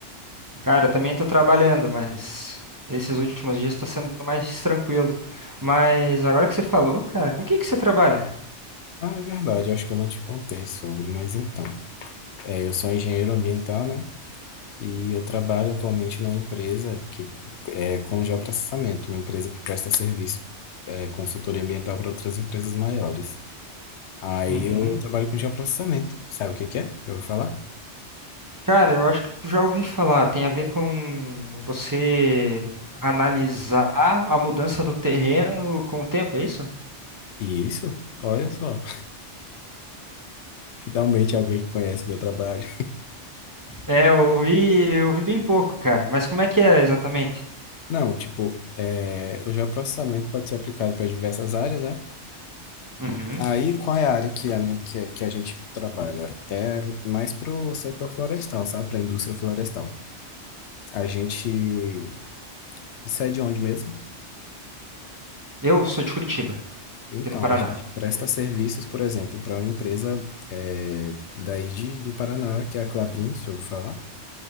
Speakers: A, on the right; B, on the left.
A: cara, eu também tô trabalhando, mas esses últimos dias tá sendo mais tranquilo. Mas agora que você falou, cara, com o que que você trabalha?
B: Ah, é verdade, eu acho que eu não te contei sobre, mas então. É, eu sou engenheiro ambiental, né? E eu trabalho atualmente numa empresa que é com geoprocessamento, uma empresa que presta serviço, é, consultoria ambiental para outras empresas maiores. Aí
A: Uhum.
B: eu trabalho com geoprocessamento. Sabe o que que é? Já ouviu falar?
A: Cara, eu acho que já ouvi falar. Tem a ver com você analisar a mudança do terreno com o tempo, é isso?
B: Isso, olha só. <laughs> Finalmente alguém que conhece meu trabalho.
A: É, eu ouvi, eu ouvi bem pouco, cara. Mas como é que é exatamente?
B: Não, tipo, é, o geoprocessamento pode ser aplicado para diversas áreas, né?
A: Uhum.
B: Aí, qual é a área que a, que, a que a gente trabalha? É mais para o setor florestal, sabe? Para a indústria florestal. A gente sai é de onde mesmo?
A: Eu sou de Curitiba,
B: Então,
A: aqui no Paraná.
B: a gente presta serviços, por exemplo, para uma empresa é, daí de, do Paraná, que é a Klabin, se ouviu falar?